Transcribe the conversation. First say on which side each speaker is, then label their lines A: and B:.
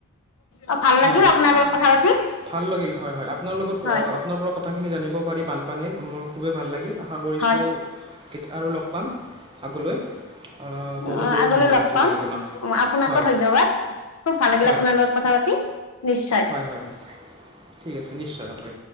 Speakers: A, on the left; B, on the right.
A: অ ভাল লাগিল
B: হয়
A: আপোনাৰ লগত কথা পাতি
B: ভাল লাগিল হয় হয় আপোনাৰ লগত
A: হয়
B: আপোনাৰ পৰা কথাখিনি জানিব পাৰি বান পানীৰ মোৰ খুবেই ভাল লাগিল আশা কৰিছোঁ
A: হয়
B: আৰু লগ পাম আগলৈ আহ,
A: অহ
B: বহুত বহুত
A: আগলৈ
B: ধন্যবাদ
A: লগ
B: থাকিল
A: পাম
B: আপোনাক
A: অহ আপোনাকো
B: হয়
A: ধন্যবাদ খুব ভাল লাগিল
B: হয়
A: আপোনাৰ লগত কথা পাতি নিশ্চয়
B: হয় হয় নিশ্চয় ঠিক আছে নিশ্চয় অকে